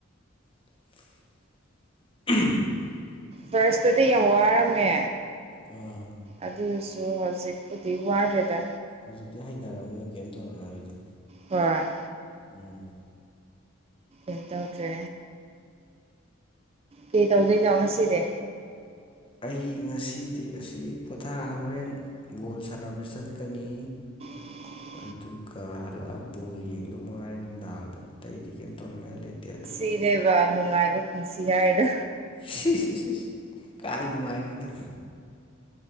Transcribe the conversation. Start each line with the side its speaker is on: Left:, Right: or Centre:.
Left: <unintelligible>
Right: ꯐꯥꯔꯁꯇꯗꯤ ꯌꯥꯝ ꯋꯥꯔꯝꯃꯦ
Left: ꯑꯥ
Right: ꯑꯗꯨꯁꯨ ꯍꯧꯖꯤꯛꯄꯨꯗꯤ ꯋꯥꯗꯦꯗ
Left: ꯍꯧꯖꯤꯛꯇꯤ ꯍꯩꯅꯔꯕꯅꯤꯅ ꯀꯩꯝ ꯇꯧꯔꯝꯃꯔꯣꯏꯗꯣ
Right: ꯍ
Left: ꯎꯝ
Right: ꯑꯦꯇꯧꯗ꯭ꯔꯦ ꯀꯩ ꯇꯧꯗꯣꯏ ꯂꯣꯑꯣ ꯉ ꯁꯤꯅꯦ
Left: ꯑꯩ ꯉꯁꯤꯗꯤ ꯑꯁꯤ ꯄꯣꯊꯥ ꯍꯣꯔꯦꯟ ꯕꯣꯜ ꯁꯥꯟꯅꯕ ꯆꯠꯀꯅꯤ
Right: <inaudible>
Left: ꯑꯗꯨꯒ ꯍꯜꯂꯛꯑ ꯕꯣꯜ ꯌꯦꯡꯗꯧ ꯃꯉꯥꯏꯔꯦ ꯅꯨꯡꯗꯥꯡꯗ ꯑꯇꯩꯗꯤ ꯀꯩꯝ ꯇꯧꯅꯤꯡꯉꯥꯏ ꯂꯩꯇꯦꯗ
Right: ꯁꯤꯅꯦꯕ ꯅꯨꯡꯉꯥꯏꯕ ꯄꯨꯟꯁꯤ ꯍꯥꯏꯗꯣ
Left: ꯁꯤ ꯁꯤ ꯀꯥꯏ ꯅꯨꯡꯉꯥꯏꯅꯣꯗꯪ